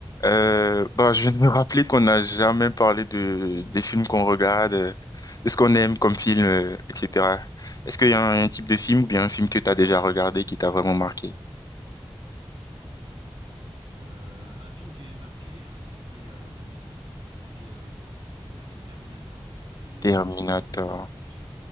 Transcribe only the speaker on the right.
Euh, un film qui avait marqué, alors c'était euh, c'était euh, Ter- Terminator. J'avais
les premiers, je-